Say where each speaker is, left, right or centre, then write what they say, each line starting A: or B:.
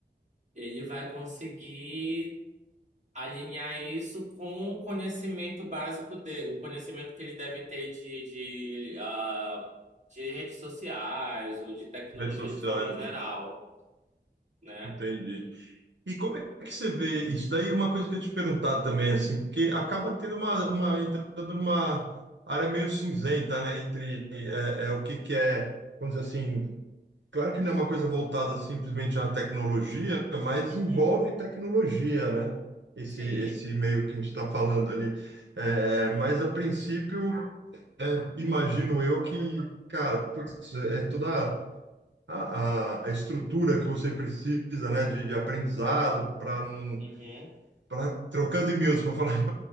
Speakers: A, on the right; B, on the right.
A: ele vai conseguir alinhar isso com o conhecimento básico dele, o conhecimento que ele deve ter de, de, ah, de redes sociais ou de tecnologia
B: Redes sociais,
A: de forma geral,
B: né?
A: né?
B: Entendi. E como é que você vê isso? Daí é uma coisa que eu ia te perguntar também, assim, porque acaba tendo uma, uma entrando numa área meio cinzenta, né? Entre é, é, o que que é, vamos dizer assim, claro que não é uma coisa voltada simplesmente à tecnologia, mas
A: Uhum,
B: envolve tecnologia, né? Esse,
A: sim,
B: esse meio que a gente está falando ali. É, mas a princípio É, imagino eu que, cara, putz, é toda a, a, a estrutura que você precisa, né, de, de aprendizado para não
A: uhum,
B: para trocando e-mails para falar <laughs>